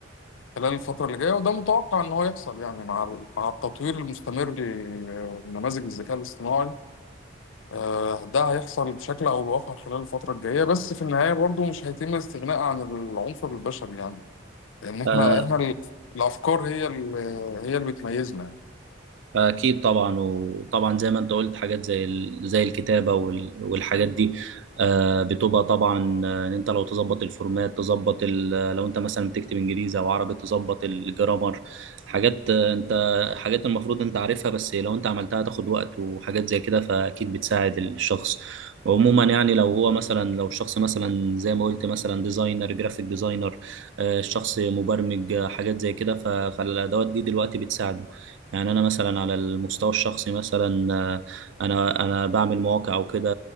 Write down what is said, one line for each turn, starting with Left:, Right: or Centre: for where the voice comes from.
Left: خلال الفترة اللي جاية وده متوقع ان هو يحصل يعني مع ال- مع التطوير المستمر آه، لنماذج الذكاء الاصطناعي آه، ده هيحصل بشكل او باخر خلال الفترة الجاية بس في النهاية برضو مش هيتم الاستغناء عن العنصر البشري يعني ان احنا
Right: آه،
Left: احنا ال- الافكار هي ال- هي اللي بتميزنا يعني.
Right: أكيد طبعا وطبعا زي ما أنت قلت حاجات زي ال- زي الكتابة وال- والحاجات دي آه، بتبقى طبعا آه، إن أنت لو تظبط الفورمات تظبط ال- لو أنت مثلا بتكتب إنجليزي أو عربي تظبط الجرامر حاجات آه، أنت حاجات المفروض أنت عارفها بس لو أنت عملتها تاخد وقت وحاجات زي كده فأكيد بتساعد الشخص وعموما يعني لو هو مثلا لو الشخص مثلا زي ما قلت مثلا ديزاينر جرافيك ديزاينر آه، الشخص مبرمج آه، حاجات زي كده ف- فالأدوات دي دلوقتي بتساعده يعني انا مثلا على المستوى الشخصي مثلا آه، انا انا بعمل مواقع او كده